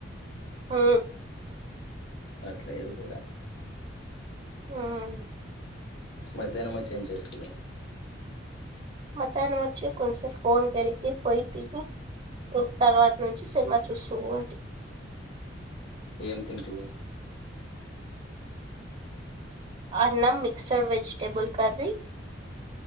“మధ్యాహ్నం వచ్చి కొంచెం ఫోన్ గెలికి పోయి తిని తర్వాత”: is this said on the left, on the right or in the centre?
Right